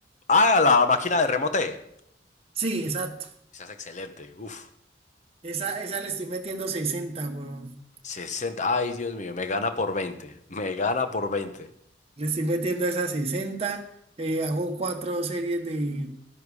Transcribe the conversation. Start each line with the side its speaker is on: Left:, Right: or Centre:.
Left: Ah, la máquina de remote.
Right: Sí, exacto.
Left: Esa es excelente. Uf.
Right: Esa, esa le estoy metiendo 60, weón.
Left: sesenta Ay, Dios mío, me gana por veinte Me gana por veinte
Right: Le estoy metiendo esa 60. eh, hago cuatro series de,